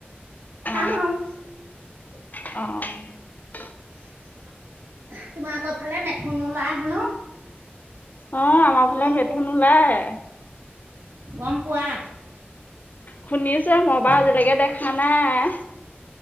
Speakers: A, on the right; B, on the left.
A: খাম
B: অ
A: আৰু।
B: অ'।
A: তোমালোকৰ ফালে মেথুন ওলাই হেনো?
B: অ' আমাৰ ফালে
A: গম
B: মেথুন
A: প
B: ওলায়।
A: গম পোৱা?
B: শুনিছোঁ হে, মই বাৰু আজিলৈকে দেখা নাই।